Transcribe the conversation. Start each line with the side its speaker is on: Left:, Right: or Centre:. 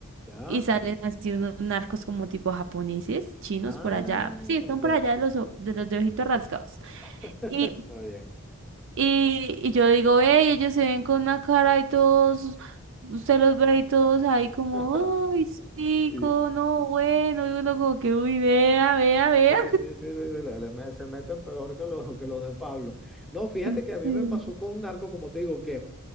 Centre: ya.
Right: Y salen así unos narcos como tipo japoneses, chinos
Centre: Ah,
Right: por allá. Sí, están por
Centre: ya.
Right: allá de los, o- de los de ojitos rasgados.
Centre: <laughs>
Right: Y,
Centre: Está bien.
Right: y, y yo digo, hey, ellos se ven con una cara y todos, usted los ve y todos ahí como,
Centre: <laughs>
Right: ay, chico,
Centre: Y-
Right: no, bueno. Y uno como que, uy, vea, vea, vea.
Centre: Sí, sí, sí, sí, sí, le- le me- se meten peor que los, que los de Pablo. No, fíjate
Right: <laughs>
Centre: que a mí
Right: Sí.
Centre: me pasó con Narcos, como te digo, que